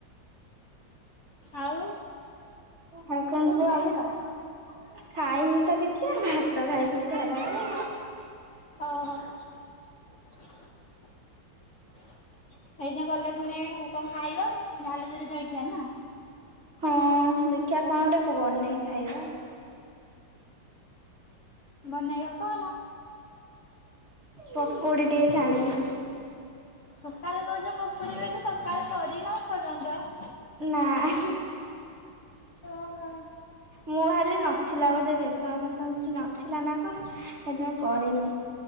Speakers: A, on the left; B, on the right.
A: ଆଉ
B: <inaudible>
A: କଣ ଖାଇଥିଲ
B: ଖାଇନି ତ କିଛି, ଭାତ ଖାଇଥିଲି ଖରା ଳେ।
A: <unintelligible> <inaudible>
B: ହଁ, ଦେଖିଆ କ'ଣ ଟେ ବନେଇକି ଖାଇବା।
A: ବନେଇବ କ
B: ପକୁଡ଼ି ଟିକେ ଛାଣିବି।
A: <inaudible>
B: <inaudible>
A: <unintelligible>
B: ମୁଁ ଭାଲି ନଥିଲା ବୋଧେ ବେସନ ଫେସନ କିଛି ନଥିଲା ନା କଣ ସେଥିପାଇଁ କରିନି।